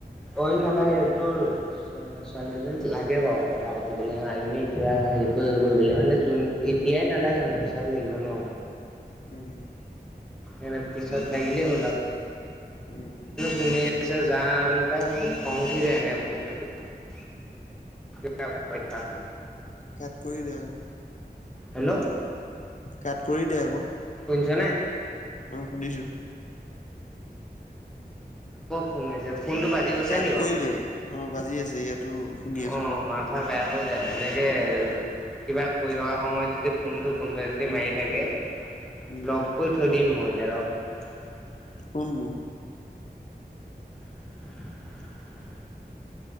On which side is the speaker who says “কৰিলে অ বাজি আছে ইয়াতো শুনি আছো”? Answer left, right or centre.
Left